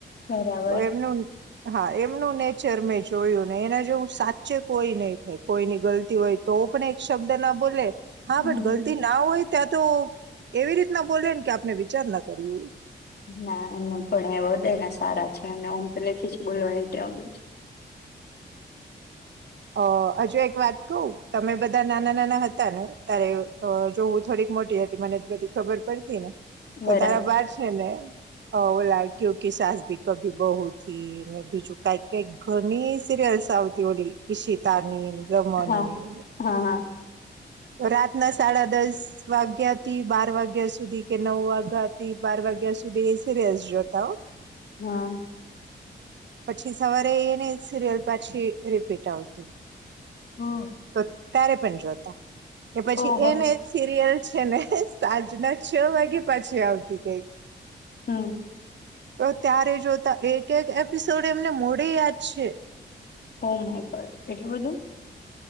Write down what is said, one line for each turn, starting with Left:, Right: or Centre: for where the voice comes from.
Left: બરાબર.
Right: તો એમનું હા એ. એમનું નેચર મેં જોયું ને એના જોવું સાચે કોઈ નહી થાય કોઈની ગલતી હોય તો પણ એક શબ્દ ના બોલે. હા
Left: હમ
Right: બટ ગલતી ના હોય ત્યાં તો એવી રીતના બોલેને કે આપને વિચાર ના કરયૂ.
Left: ના એમ પણ એ વધદય ના સારા છે એમને હમ પેલે થી જ બોલવાણી ટેવ છ.
Right: અ હજુ એક વાત કવ તમે બધા નાના નાના હતા ને તારે જોવું થોડીક મોટી હતી મને બધી ખબર પડતી ને
Left: બરાબર
Right: તો તારા બાર છે ને હ ઓલા કુકી સાસબી કભી બહુ થી ને બીજું કઈક કઈક ઘણી સિરિયલ્સ આવતી ઓલી ઈ શીતાની રમનની
Left: હા હા હા
Right: તો રાતના સાડા દસ વાગ્યાથી બાર વાગ્યા સુધી કે નવ વાગ્યાથી બાર વાગ્યા સુધી એ સ રસ જોતા હ.
Left: હા.
Right: પછી સવારે એને સિરિયલ પાછી રિપીટ આવતી.
Left: હમ
Right: કત. ત્યારે પણ જોતા. એ પછી
Left: ઓહો
Right: એને એ સીરિયલ છે ને સાંજના છ વાગે પાછી આવતી કઈક
Left: હમ્મ.
Right: તો ત્યારે જોતા એક એક એપિસોડ એમને મોઢે યાદ છે.
Left: ઓ માય ગોડ એટલું બધું!